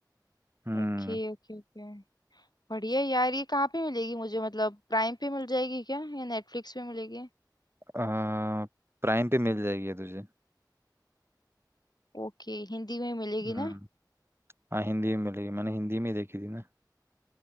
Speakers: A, on the right; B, on the left.
A: हम्म
B: Okay okay okay बढ़िया यार ये कहाँ पे मिलेगी मुझे मतलब प्राइम पे मिल जाएगी क्या या नेटफ्लिक्स पे मिलेगी
A: आ, प्राइम पे मिल जाएगी ये तुझे
B: ओके हिंदी में मिलेगी
A: हम्म
B: ना
A: हाँ हिंदी में मिलेगी मैंने हिंदी में ही देखी थी ना